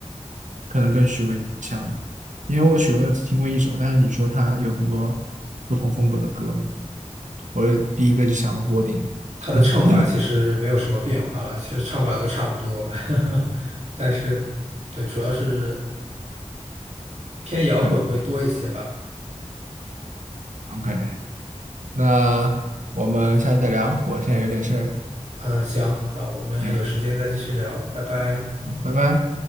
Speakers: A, on the right (about 85°); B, on the right (about 65°).
A: 可能跟许巍比较像吧。因为我许巍只听过一首，但是你说他有很多不同风格的歌嘛我第一个就想到郭顶。
B: 他的唱法其实没有什么变化了，
A: <laughs>
B: 其实唱法都差不多，<laughs> 但是，对，主要是偏摇滚会多一些吧。
A: 可以，OK，那我们下次再聊，我现在有点事儿，
B: 嗯，行，好，我们有时间再继续聊，
A: 行，
B: 拜拜。
A: 拜拜。